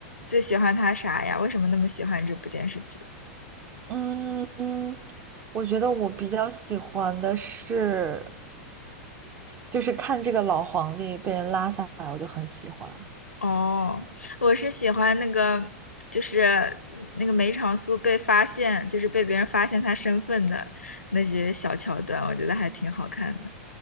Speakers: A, on the left; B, on the right.
A: 最喜欢它啥呀？为什么那么喜欢这部电视剧？
B: 嗯嗯，我觉得我比较喜欢的是。就是看这个老皇帝被人拉下来，我就很喜欢
A: 哦，我是喜欢那个，就是那个梅长苏被发现，就是被别人发现他身份的那些小桥段，我觉得还挺好看的。